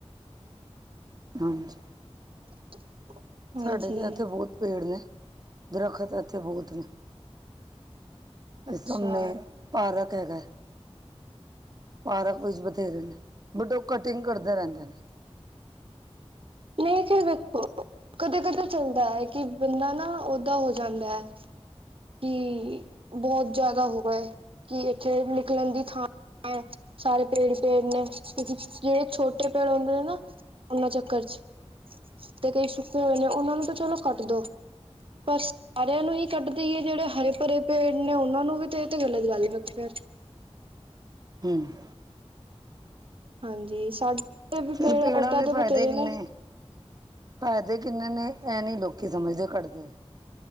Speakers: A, on the right; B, on the right.
A: ਹਾਂਜੀ
B: <inaudible> ਹਾਂਜੀ
A: ਸਾਡੇ ਤਾਂ ਇੱਥੇ ਬਹੁਤ ਪੇੜ ਨੇ ਦਰਖਤ ਇੱਥੇ ਬਹੁਤ ਨੇ ਤੇ
B: ਅੱਛਾ
A: ਸਮਣੇ ਪਾਰਕ ਹੈਗੇ ਪਾਰ ਕੁਛ ਬਥੇਰੇ ਨੇ ਬਟ ਉਹ ਕਟਿੰਗ ਕਰਦੇ ਰਹਿੰਦੇ ਨੇ
B: ਨਹੀਂਖ ਦੇਖੋ <unintelligible> ਕਦੇ ਕਦੇ ਚੱਲਦਾ ਹੈ ਕਿ ਬੰਦਾ ਨਾ ਓਦਾਂ ਹੋ ਜਾਂਦਾ ਹੈ ਕਿ ਬਹੁਤ ਜਿਆਦਾ ਹੋ ਗਏ ਕਿ ਇੱਥੇ ਨਿਕਲਣ ਦੀ ਥਾਂ ਹੈਂ ਸਾਰੇ ਪੇੜ ਹੀ ਪੇੜ ਨੇ ਕਿਉਂਕਿ ਜਿਹੜੇ ਛੋਟੇ ਪੇੜ ਹੁੰਦੇ ਨੇ ਨਾ ਉਹਨਾਂ ਚੱਕਰ ਚ ਤੇ ਕਈ ਸੁੱਕੇ ਹੋਏ ਨੇ ਉਹਨਾਂ ਨੂੰ ਤਾਂ ਚਲੋ ਕੱਟ ਦੋ ਪਰ ਸਾਰਿਆਂ ਨੂੰ ਹੀ ਕੱਟ ਤੇ ਜਿਹੜੇ ਹਰੇ ਭਰੇ ਪੇੜ ਨੇ ਉਹਨਾਂ ਨੂੰ ਵੀ ਤੇ ਇਹ ਤੇ ਗਲਤ ਗੱਲ ਹੀ ਵੱਖ ਪਿਆ
A: ਹਮ <inaudible>
B: ਹਾਂਜੀ ਸਾਡੇ ਵੀ
A: ਫਿਰ
B: ਪੇੜ
A: ਪੇੜਾਂ
B: ਓਦਾਂ ਦੇ
A: ਫਾਇਦੇ
B: ਬਥੇਰੇ
A: ਕਿੰਨੇ
B: ਨੇ
A: ਫਾਇਦੇ ਕਿੰਨੇ ਨੇ ਇਹ ਨੀ ਲੋਕੀ ਸਮਝਦੇ ਘੱਟਦੇ